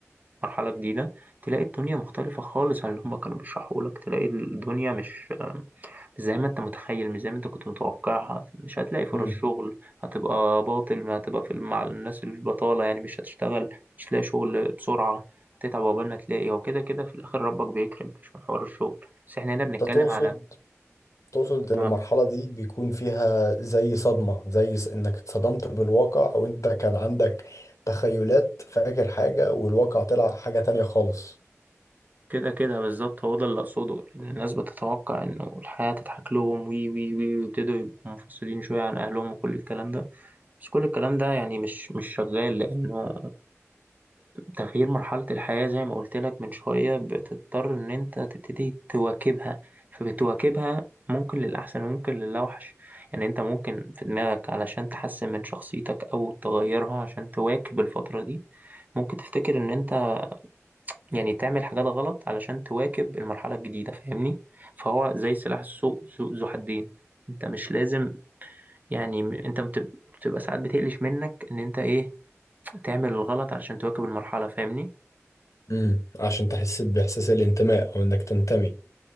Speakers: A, on the right (about 35°); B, on the left (about 80°).
A: مرحله جديده تلاقي الدنيا مختلفه خالص عن اللي هما كانوا بيشرحوا لك تلاقي الدنيا مش زي ما انت متخيل مش زي ما انت كنت متوقعها مش هتلاقي فرص
B: امم
A: شغل هتبقى باطل هتبقى في مع الناس البطالة يعني مش هتشتغل مش هتلاقي شغل بسرعة هتتعب عقبال ما تلاقي هو كده كده في الآخر ربك بيكرم مش من حوار الشغل بس احنا هنا بنتكلم
B: انت تقصد
A: على
B: تقصد ان
A: اه
B: المرحله دي بيكون فيها زي صدمه زي س- انك اتصدمت بالواقع او انت كان عندك تخيلات فاكر حاجه والواقع طلع حاجه تانية خالص
A: كده كده بالظبط هو ده اللي أقصده لأن الناس بتتوقع إنه الحياة تضحك لهم وي وي وي ويبتدوا يبقوا منفصلين شوية عن أهلهم وكل الكلام ده بس كل الكلام ده يعني مش مش شغال لأنه تغيير مرحلة الحياة زي ما قلت لك من شوية بتضطر إن أنت تبتدي تواكبها فبتواكبها ممكن للأحسن وممكن للأوحش يعني أنت ممكن في دماغك علشان تحسن من شخصيتك أو تغيرها عشان تواكب الفترة دي ممكن تفتكر إن أنت يعني تعمل حاجات غلط علشان تواكب المرحلة الجديدة فاهمني فهو زي سلاح ذو ذو ذو حدين أنت مش لازم يعني م- أنت بتب- بتبقى ساعات بتقلش منك إن أنت إيه تعمل الغلط علشان تواكب المرحلة فاهمني
B: امم عشان تحس باحساس الانتماء او انك تنتمي